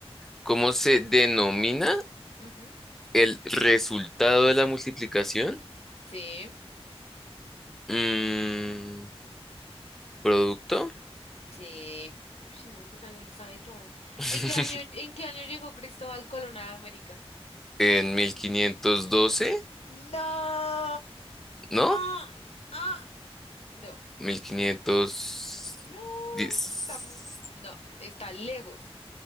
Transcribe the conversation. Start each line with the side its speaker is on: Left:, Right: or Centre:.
Centre: ¿Cómo se denomina?
Left: Ujú,
Centre: El resultado de la multiplicación.
Left: Sí,
Centre: mm, producto.
Left: sí. Uy, no, pues Daniel se sabe todo.
Centre: <laughs>
Left: ¿En qué año, en qué año llegó Cristóbal Colón a América?
Centre: En mil quinientos doce
Left: No.
Centre: ¿no?
Left: Ah, ah. No,
Centre: mil quinientos
Left: no,
Centre: diez,
Left: está mu- no, está lejos.